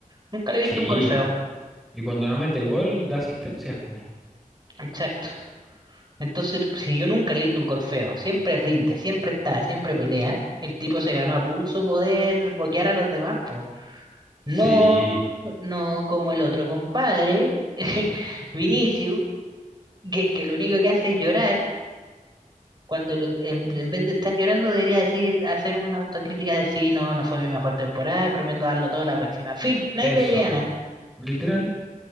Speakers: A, on the right; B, in the centre.
A: Nunca le he
B: Sí.
A: visto un gol feo.
B: Y cuando no mete gol, da asistencias, pues.
A: Exacto. Entonces, si yo nunca le he visto un gol feo, siempre rinde, siempre está, siempre pelea, el tipo se ganó a pulso poder boquear a los demás, po. No,
B: Sí,
A: no como el otro compadre, <laughs> Vinicius, que, que lo único que hace es llorar cuando lo- en, en vez de estar llorando debería decir, hacer una autocrítica de sí, no, no fue mi mejor temporada, prometo darlo todo la próxima. Fin, nadie
B: eso.
A: le diría nada.
B: Literal.